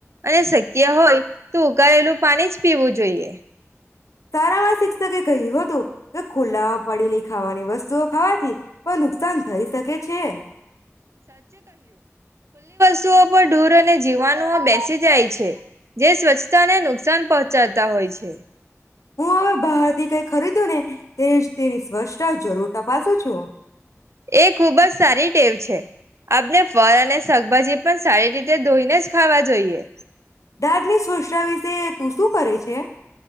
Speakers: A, on the right; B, on the left.
A: અને શક્ય હોય તો ઘરેલું પાણી જ પીવું જોઈએ
B: સારામાં શિક્ષકે કહ્યું હતું કે ખુલ્લામાં પડેલી ખાવાની વસ્તુઓ ખાવાથી કોઈ નુકસાન થઈ શકે છે
A: પશુઓ પર ૂર અને જીવાણુઓ બેસી જાય છે જે સ્વચ્છતાને નુકસાન પહોંચાડતા હોય છે
B: હું હવે બહાર થી કઈ ખરીદ્યું ને તે જ તેની સ્ વર્ષા જરૂર તપાસું છું
A: એ ખૂબ જ સારી ટેવ છે આપને ફળ અને શાકભાજી પણ સારી રીતે ધોઈને જ ખાવા જોઈએ
B: દાદ ની શષા વિશે તું શું કરે છે